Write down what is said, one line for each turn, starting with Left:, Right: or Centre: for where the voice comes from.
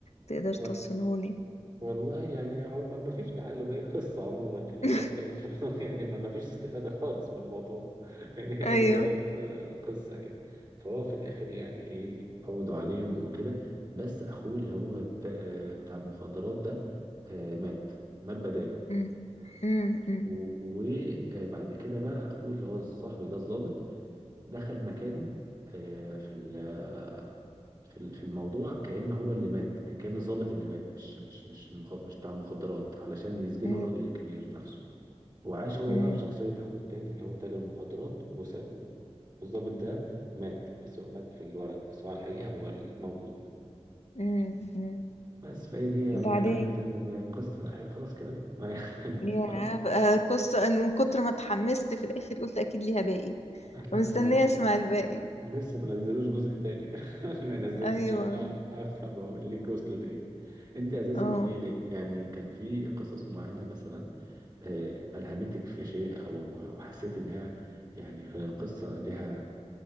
Left: تقدر
Right: و...
Left: توصلهوني
Right: والله يعني هو ما ما فيش تعلم هي قصة عموما كان هو
Left: <laughs>
Right: بيحكي لي فعلا <laughs> يعني ما ما فيش استفادة خالص من الموضوع <laughs> يعني هي
Left: أيوه
Right: مجرد آه، قصة كده فهو في الآخر يعني إيه قبضوا عليهم وكده بس أخوه اللي هو بتاع آه، بتاع المخدرات ده آه، مات مات بداله
Left: أمم، أمم، أمم،
Right: و- وبعد كده بقى أخوه اللي هو صاحبي ده الضابط دخل مكانه آه، في ال- آه، في ال- في الموضوع كأن هو اللي مات يعني كأن الضابط اللي مات مش مش مش مخ- مش بتاع مخدرات علشان يسجنوا
Left: أمم،
Right: الراجل الكبير نفسه وعاش هو
Left: أمم،
Right: بقى بشخصية أخوه التاني اللي هو تاجر مخدرات وس- والضابط ده مات بس هو مات في الورق بس هو على الحقيقة هو الموجود
Left: أمم، أمم.
Right: بس فهي دي يعني
Left: بعدين
Right: كانت القصة لا هي خلاص كده بقى <laughs> ما- يعني،
Left: يا
Right: خلاص
Left: بقى قصة أنا من كتر ما اتحمست في الآخر قلت أكيد ليها باقي
Right: لا
Left: ومستنية
Right: ما هو
Left: أسمع الباقي
Right: لسه ما نزلوش جزء تاني <laughs> ما ينزلوا
Left: أيوه
Right: ان شاء الله هبقى بقول لك وصلوا لايه انت
Left: <laughs>
Right: اساسا
Left: اه
Right: قولي لي يعني كان في قصص معينه مثلا آه، الهمتك في شيء او أو حسيت انها يعني في القصه لها